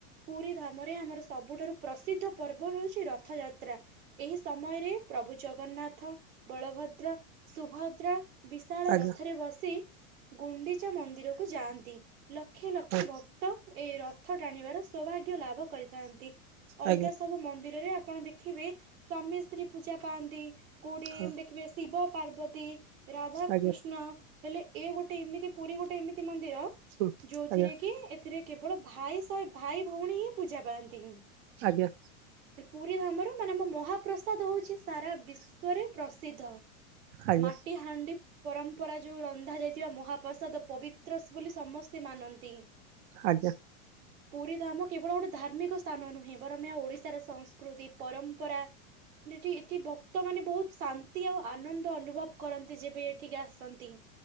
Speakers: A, on the right; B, on the right.
A: ପୁରି ଧାମରେ ଆମର ସବୁଠାରୁ ପ୍ରସିଦ୍ଧ ପର୍ବ ହଉଛି ରଥଯାତ୍ରା। ଏହି ସମୟରେ ପ୍ରଭୁ ଜଗନ୍ନାଥ ବଳଭଦ୍ର ସୁଭଦ୍ରା ବିଶାଳ
B: ଆଜ୍ଞା
A: ରଥରେ ବସି ଗୁଣ୍ଡିଚା ମନ୍ଦିର କୁ ଯାଆନ୍ତି ଲକ୍ଷ ଲକ୍ଷ
B: ହଁ
A: ଭକ ତ ଏହି ରଥ ଟାଣିବାର ସୌଭାଗ୍ୟ ଲାଭ କରିଥାନ୍ତି। ଅଲଗା
B: ଆଜ୍ଞା
A: ସବୁ ମନ୍ଦିରରେ ଆପଣ ଦେଖିବେ ସ୍ଵାମୀ ସ୍ତ୍ରୀ ପୂଜା ପାଆନ୍ତି। କୋଉଠି
B: ହଁ
A: ଦେଖିବେ ଶିବ ପାର୍ବତୀ ରାଧାକୃଷ୍ଣ
B: ଆଜ୍ଞା
A: ହେଲେ ଏ ଗୋଟେ ଏମିତି ପୁରୀ ଗୋଟେ ଏମିତି ମନ୍ଦିର
B: ହୁଁ
A: ଯୋଉଥିରେ
B: ଆଜ୍ଞା
A: କି ଏଥିରେ କେବଳ ଭାଇ ସହ ଭାଇ ଭଉଣୀ ହିଁ ପୂଜା ପାଆନ୍ତି।
B: ଆଜ୍ଞା।
A: ପୁରୀ ଧାମର ମାନେ ଆମ ମହାପ୍ରସାଦ ହଉଛି ସାରା ବିଶ୍ଵରେ ପ୍ରସିଦ୍ଧ।
B: ଆଜ୍ଞା
A: ମାଟି ହାଣ୍ଡି ପରମ୍ପରା ଯୋଉ ରନ୍ଧା ଯାଇଥିବା ମହାପ୍ରସାଦ ପବି ତ ବୋଲି ସମସ୍ତେ ମାନନ୍ତି।
B: ଆଜ୍ଞା।
A: ପୁରୀ ଧାମ କେବଳ ଗୋଟେ ଧାର୍ମିକ ସ୍ଥାନ ନୁହେଁ ବରଂ ଏହା ଓଡିଶାର ସଂସ୍କୃତି ପରମ୍ପରା। ମାନେ ଏଠି ଏଠି ଭକ୍ତମାନେ ବହୁତ ଶାନ୍ତି ଆଉ ଆନନ୍ଦ ଅନୁଭବ କରନ୍ତି ଯେବେ ଏଠିକି ଆସନ୍ତି।